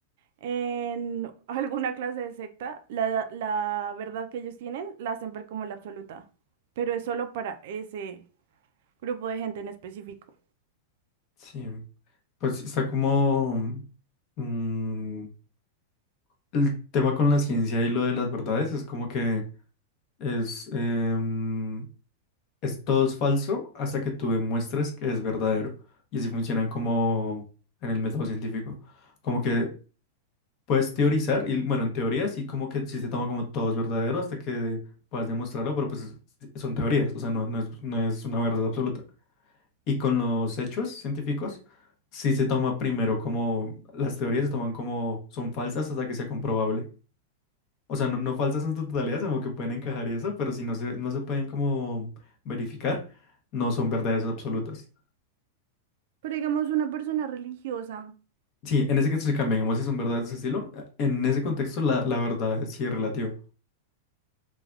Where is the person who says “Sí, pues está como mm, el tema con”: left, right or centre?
Left